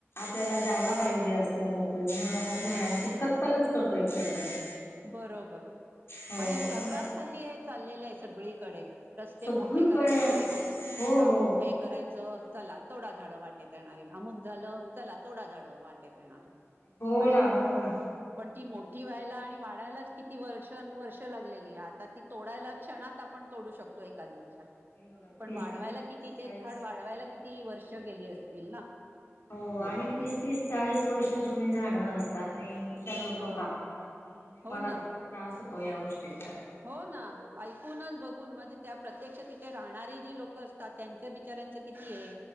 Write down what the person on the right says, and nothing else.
बरोबर
आणि सर्रास
झाली आहेत चाललेलं आहे सगळीकडे रस्ते
मोठे करायचे
अमुक
हे करायचे चला तोडा झाड वाटेत येणारी अमुक झालं चला तोडा झाड वाटेत येणारे
अरे
पण ती मोठी क वयला आणि वाढायलाच किती वर्ष अनवर्ष लागलेली आहे आता ती तोडायला क्षणात आपण तोडू शकतो एका दिवशी
पण
वाढवायला
किती तेच
झाड वाढवायला किती ती वर्ष गेली असतील ना
हे
करून
ह
हो
ना
हो ना ऐकूनच बघून म्हणजे त्या प्रत्यक्ष तिथे राहणारे जी लोक असतात त्यांच्या बिचऱ्यांच किती आहे